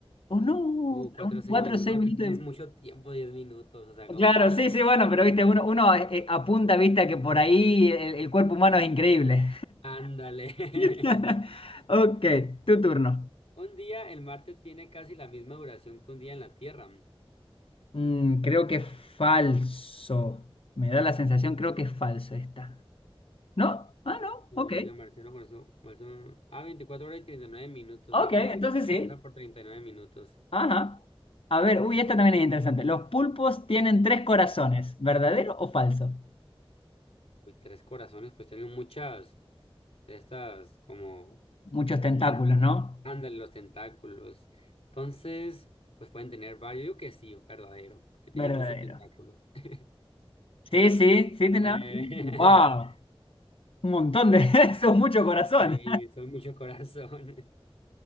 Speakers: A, on the left; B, on the left.
A: ¿O no?
B: Uh, cuatro o seis
A: 4
B: minutos.
A: o 6
B: No, aquí
A: minutos
B: tienes
A: de...
B: mucho tiempo, diez minutos, o sea, como
A: Claro,
B: que.
A: sí, sí, bueno, pero viste, uno, uno eh, eh, apunta, viste, a que por ahí el, el cuerpo humano es increíble.
B: Ándale.
A: <laughs>
B: <laughs>
A: Ok, tu turno.
B: Un día, el Marte tiene casi la misma duración que un día en la Tierra.
A: Mm, creo que es falso. Me da la sensación, creo que es falso esta. ¿No? Ah, no.
B: Un
A: Ok.
B: día marciano, por eso, por eso- Ah, 24 horas y 39 minutos,
A: Ok,
B: sí, como
A: entonces
B: que
A: sí.
B: se pasa por treinta y nueve minutos.
A: Ajá. A ver, uy, esta también es interesante. Los pulpos tienen tres corazones, ¿verdadero o falso?
B: Uy, tres corazones, pues tienen muchas de estas, como.
A: Muchos tentáculos,
B: mm,
A: ¿no?
B: Ándale, los tentáculos. Entonces, pues pueden tener varios. Yo que sí, verdadero, porque tienen
A: Verdadero.
B: muchos tentáculos. <laughs>
A: Sí, sí, sí, tenemos.
B: Eh,
A: wow.
B: <laughs>
A: Un montón de <laughs> eso, es mucho corazón.
B: Sí, son mucho corazón.